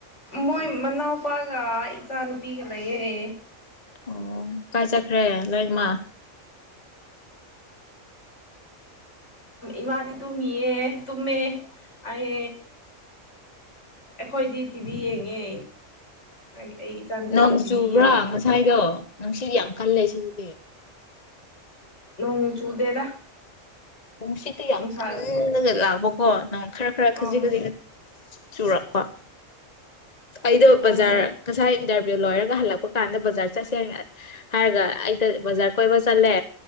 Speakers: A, on the left; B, on the left.
A: ꯃꯣꯏ ꯃꯅꯥꯎꯄꯥꯒ ꯏꯆꯥ ꯅꯨꯨꯄꯤꯒ ꯂꯩꯌꯦ
B: ꯑꯣ ꯀꯥꯏꯖꯈ꯭ꯔꯦ ꯂꯣꯏꯃ
A: ꯏꯃꯥꯗꯤ ꯇꯨꯝꯃꯤꯌꯦ ꯇꯨꯝꯃꯦ ꯑꯩ ꯑꯩꯈꯣꯏꯗꯤ ꯇꯤꯚꯤ ꯌꯦꯡꯉꯦ ꯑꯩ ꯑꯩ ꯏꯆꯥꯅꯨꯄꯤꯗꯤ
B: ꯅꯣꯡ
A: ꯇꯤꯚꯤ
B: ꯆꯨꯕ꯭ꯔꯥ
A: ꯌꯦꯡꯉꯦ
B: ꯉꯁꯥꯏꯗꯣ ꯅꯪꯁꯤꯒꯤ ꯌꯥꯝ ꯀꯜꯂꯦ ꯁꯤꯒꯤꯗꯤ
A: ꯅꯣꯡ ꯆꯨꯗꯦꯗ
B: ꯅꯨꯡꯁꯤꯠꯇ ꯌꯥꯝ
A: ꯅꯨꯡꯁꯥ
B: ꯀꯜꯂꯒ
A: ꯑ
B: ꯂꯥꯛꯕꯀꯣ ꯅꯪ ꯈꯔ ꯈꯔ ꯈꯖꯤꯛ
A: ꯎꯝ
B: ꯈꯖꯤꯛ ꯆꯨꯔꯛꯄ ꯑꯩꯗꯣ
A: ꯎꯝ
B: ꯕꯖꯥꯔ ꯀꯁꯥꯏ ꯂꯣꯏꯔꯒ ꯍꯜꯂꯛꯄ ꯀꯥꯟꯗ ꯕꯖꯥꯔ ꯆꯠꯁꯦ ꯍꯥꯏꯔꯒ ꯑꯩꯗ ꯕꯖꯥꯔ ꯀꯣꯏꯕ ꯆꯠꯂꯦ